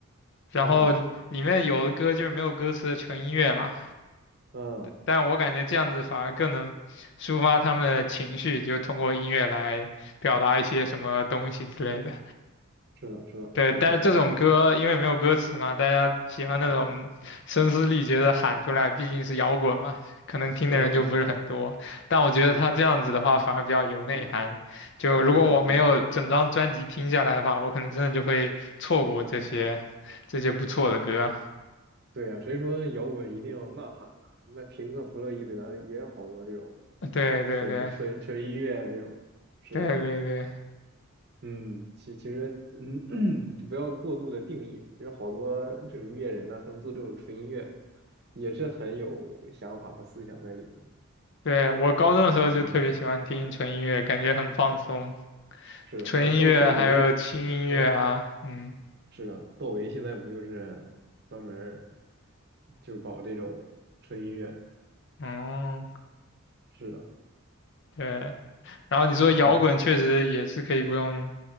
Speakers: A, on the left (about 55°); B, on the right (about 50°).
A: 然后里面有的歌就是没有歌词的纯音乐嘛，
B: 啊，嗯，
A: 但我感觉这样子反而更能抒发他们的情绪，就通过音乐来表达一些什么东西之类的。
B: 是的，是的，
A: 对，
B: 很不错。
A: 但是这种歌因为没有歌词嘛，大家喜欢那种声嘶力竭的喊出来，毕竟是摇滚嘛，可能听的人就不是很多。
B: 嗯嗯，
A: 但我觉得他这样子的话反而比较有内涵。
B: 哎，一
A: 就如果我没有整张专辑听下来的话，
B: 是的，是的，
A: 我可能真的就会错过这些这些不错的歌。
B: 对呀、谁说摇滚一定要呐喊呢、那平克·弗洛伊德也有好多这种
A: 对对对
B: 纯纯纯音乐啊这种。是的，
A: 对对对
B: 嗯，其其实，嗯，<clears throat> 不要过度的定义。其实好多这种音乐人呢，他们做这种纯音乐也是很有想法和思想在里面的。
A: 对，我高中的时候就特别喜欢听纯音乐，
B: 嗯，
A: 感觉很放松，
B: 是的，
A: 纯音乐还有轻音乐啊，
B: 像窦窦唯，嗯。
A: 嗯，
B: 是的，窦唯现在不就是专门儿就搞这种纯音乐？
A: 哦，
B: 是的，
A: 对。然后你说摇滚确实也是可以不用
B: 嗯